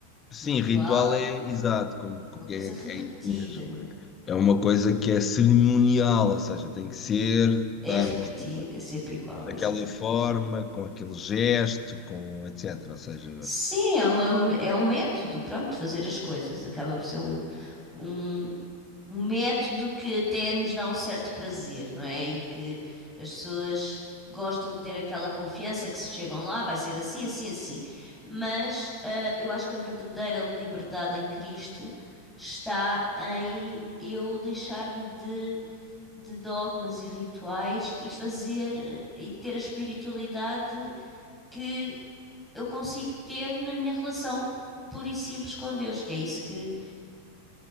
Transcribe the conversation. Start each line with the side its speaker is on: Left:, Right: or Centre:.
Centre: Ritual
Left: Sim, ritual é exato, como,
Centre: é
Left: como
Centre: uma coisa
Left: é,
Centre: repetida,
Left: é isso mesmo.
Centre: não é?
Left: É uma coisa que é cerimonial, ou seja, tem que ser, dar
Centre: É repetido,
Left: não sei, quanto,
Centre: é sempre igual,
Left: daquela
Centre: exatamente.
Left: forma, com aquele gesto, com etc. Ou seja,
Centre: Sim, é uma, é um método, pronto, de fazer as coisas. Acaba por ser um, um, um método que até nos dá um certo prazer, não é? E que as pessoas gostam de ter aquela confiança que se chegam lá, vai ser assim, assim, assim. Mas ah, eu acho que a verdadeira liberdade em Cristo está em eu deixar-me de, de dogmas e rituais e fazer eh, e ter a espiritualidade que eu consigo ter na minha relação pura e simples com Deus, que é isso que